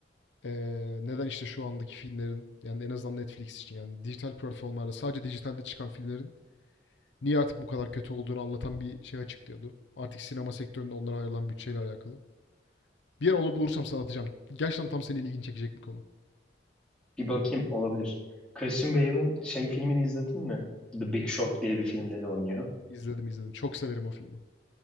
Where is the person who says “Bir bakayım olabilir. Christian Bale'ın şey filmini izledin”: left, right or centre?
Centre